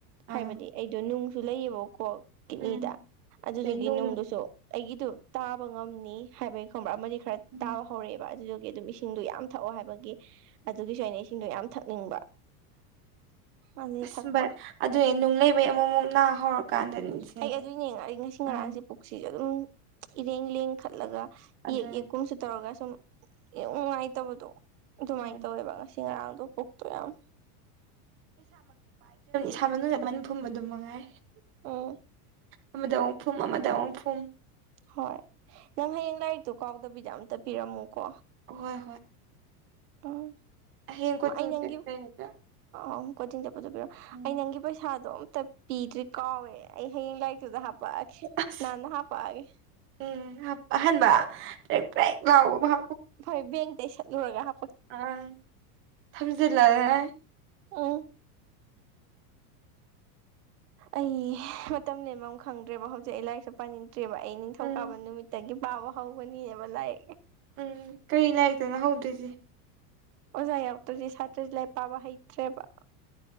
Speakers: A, on the right (about 85°); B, on the right (about 25°).
A: ꯍꯥꯏꯕꯗꯤ
B: ꯑꯥ
A: ꯑꯩꯗꯣ ꯅꯨꯡꯁꯨ ꯂꯩꯌꯦꯕꯀꯣ ꯀꯤꯠꯅꯤꯗ
B: ꯎꯝ
A: ꯑꯗꯨꯗꯨꯒꯤ
B: ꯍꯣꯏ ꯅꯨꯡ
A: ꯅꯨꯡꯗꯨꯁꯨ ꯑꯩꯒꯤꯗꯨ ꯇꯥꯕ ꯉꯝꯅꯤ ꯍꯥꯏꯕꯒꯤ ꯈꯪꯕ꯭ꯔꯥ ꯑꯃꯗꯤ ꯈꯔ
B: ꯎꯝ
A: ꯇꯥꯕ ꯍꯧꯔꯛꯑꯦꯕ ꯑꯗꯨꯗꯨꯒꯤ ꯑꯗꯨꯝ ꯏꯁꯤꯡꯗꯣ ꯌꯥꯝ ꯊꯛꯑꯣ ꯍꯥꯏꯕꯒꯤ ꯑꯗꯨꯒꯤꯁꯨ ꯑꯩꯅ ꯏꯁꯤꯡꯗꯣ ꯌꯥꯝ ꯊꯛꯅꯤꯡꯕ ꯑꯗꯨꯗꯩ
B: ꯎ ꯑꯁ
A: ꯊꯛꯄ
B: ꯚꯔꯦ ꯑꯗꯨ ꯅꯨꯡ ꯂꯩꯕꯩ ꯑꯃꯨꯛ ꯑꯃꯨꯛ ꯅꯥ ꯍꯧꯔꯀꯥꯟꯗꯅꯤꯁꯦ
A: ꯑꯩ ꯑꯗꯨ ꯌꯦꯡꯉ ꯑꯩ ꯉꯁꯤ ꯉꯔꯥꯡꯁꯦ
B: ꯑꯥ
A: ꯄꯨꯣꯛꯁꯤ ꯑꯗꯨꯝ ꯏꯔꯦꯡ ꯂꯦꯡ ꯈꯠꯂꯒ
B: ꯑꯗꯨꯅ
A: ꯌꯦꯛ ꯌꯦꯛ ꯀꯨꯝꯁꯨ ꯇꯧꯔꯒ ꯁꯨꯝ ꯅꯨꯡꯉꯥꯏꯇꯕꯗꯣ ꯑꯗꯨꯃꯥꯏꯅ
B: ꯎꯝ
A: ꯇꯧꯋꯦꯕ ꯉꯁꯤ ꯉꯔꯥꯡꯗꯣ ꯄꯨꯛꯇꯣ ꯌꯥꯝ
B: ꯊꯥꯕꯅ ꯂꯃꯥꯏꯅ ꯐꯨꯝꯕ ꯑꯗꯨꯝ ꯃꯉꯥꯏ
A: ꯎ
B: ꯑꯃꯗ ꯑꯃꯨꯛ ꯐꯨꯝ ꯑꯃꯗ ꯑꯃꯨꯛ ꯐꯨꯝ
A: ꯍꯣꯏ ꯅꯪ ꯍꯌꯦꯡ ꯂꯥꯏꯔꯤꯛꯇꯣ ꯀꯥꯎꯗꯕꯤꯗ ꯑꯝꯇ ꯄꯤꯔꯝꯃꯨꯀꯣ
B: ꯍꯣꯏ ꯍꯣꯏ
A: ꯎꯝ
B: ꯍꯌꯦꯡ ꯀꯣꯆꯤꯡ
A: ꯑꯩ ꯅꯪꯒꯤ
B: ꯆꯠꯄꯩꯗꯨꯗ
A: ꯑ ꯀꯣꯆꯤꯡꯗ ꯄꯨꯊꯣꯛꯄꯤꯔꯣ
B: ꯎꯝ
A: ꯑꯩ ꯅꯪꯒꯤ ꯄꯩꯁꯥꯗꯣ ꯇ ꯄꯤꯗ꯭ꯔꯤ ꯀꯥꯎꯋꯦ ꯑꯩ ꯍꯌꯦꯡ ꯂꯥꯏꯔꯤꯛꯇꯨꯗ ꯍꯥꯄꯛꯑꯒꯦ
B: ꯑꯁ
A: ꯅꯍꯥꯟꯅ ꯍꯥꯄꯛꯑꯒꯦ
B: ꯎꯝ ꯑꯍꯥꯟꯕ ꯄ꯭ꯔꯦꯛ ꯄ꯭ꯔꯦꯛ ꯂꯥꯎꯕ
A: ꯐꯣꯏ ꯕꯦꯡꯇ ꯆꯠꯂꯨꯔꯒ ꯍꯥ
B: ꯑꯥ ꯊꯝꯖꯤꯜꯂꯦ <unintelligible>
A: ꯎꯝ ꯑꯩ ꯃꯇꯝ ꯂꯦꯝꯕ ꯈꯪꯗ꯭ꯔꯦꯕ ꯍꯧꯖꯤꯛ ꯑꯩ ꯂꯥꯏꯔꯤꯛꯁꯨ ꯄꯥꯅꯤꯡ ꯅꯠꯇ꯭ꯔꯦꯕ ꯑꯩ ꯅꯤꯡꯊꯧꯀꯥꯕ
B: ꯎꯝ
A: ꯅꯨꯃꯤꯠꯇꯒꯤ ꯄꯥꯕ ꯍꯧꯒꯅꯤꯕ ꯂꯥꯏꯔꯤꯛꯑ
B: ꯎꯝ ꯀꯔꯤ ꯂꯩꯅꯥꯏꯔꯤꯛꯇꯅ ꯍꯧꯗꯣꯏꯁ
A: ꯑꯣꯖ ꯌꯥꯎꯇꯗꯤ ꯁꯥꯇ꯭ꯔꯁꯤꯂꯥꯏ ꯄꯥꯕ ꯍꯩꯇ꯭ꯔꯦꯕ